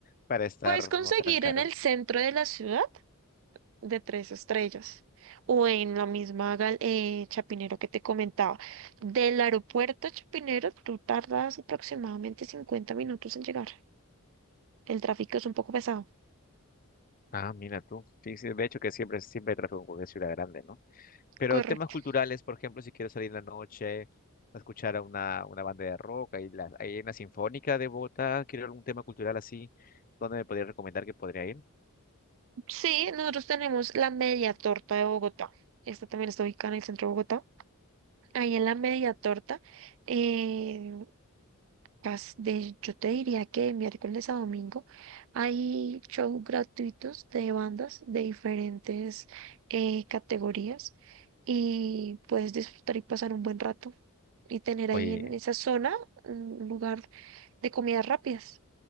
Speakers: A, on the left; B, on the right.
A: para estar
B: Puedes conseguir
A: no tan caro.
B: en el centro de la ciudad de tres estrellas o en la misma gal- eh, Chapinero que te comentaba. Del aeropuerto a Chapinero tú tardas aproximadamente 50 minutos en llegar. El tráfico es un poco pesado.
A: Ah, mira tú. Sí, sí, de hecho que siempre, siempre hay tráfico en cualquier ciudad grande, ¿no? Pero
B: Correcto.
A: temas culturales, por ejemplo, si quiero salir en la noche a escuchar a una, una banda de rock, hay, la, hay una sinfónica de Bogotá, quiero algún tema cultural así, ¿dónde me podrías recomendar que podría ir?
B: Sí, nosotros tenemos la media torta de Bogotá. Esta también está ubicada en el centro de Bogotá. Ahí en la media torta eh, cas- de- yo te diría que miércoles a domingo hay shows gratuitos de bandas de diferentes eh, categorías y puedes disfrutar y pasar un buen rato y tener ahí
A: Oye,
B: en esa zona un lugar de comidas rápidas.